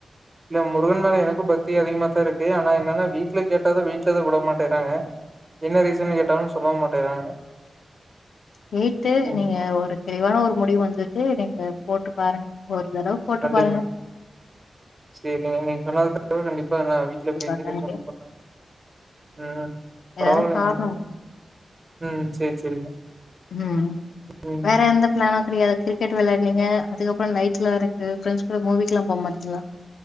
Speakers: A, on the right (about 40°); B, on the left (about 80°).
A: இல்ல முருகன் மேல எனக்கு பக்தி அதிகமா தா இருக்கு ஆனா என்னனா வீட்ல கேட்டாதா வீட்டு்லதா விட மாட்டேறாங்க என்ன ரீசன் கேட்டாலு சொல்ல மாட்டேறாங்க
B: கேட்டு
A: ம்
B: நீங்க ஒரு தெளிவான ஒரு முடிவு வந்துட்டு நீங்க போட்டு பாருங்க ஒரு தடவ போட்டு
A: கண்டிப்பாங்க
B: பாருங்க
A: சேரிங்க நீ சொன்னதுக்காகவே கண்டிப்பா நா வீட் ல
B: கண்டிப்பா
A: பேசிட்டு
B: கண்டிப்பா.
A: போன் பண்ண ம் பரவால்லங்க
B: எதனா காரணம்
A: ம் சேர் சேரிங்க
B: ம்
A: ம்
B: வேற எந்த <unintelligible> கிரிக்கெட் வெளையாட்னீங்க அதுக்கப்றோ நைட்லா இருக்கு ஃப்ரெண்ட்ஸ் கூட மூவிக்கலா போக மாட்டீங்களா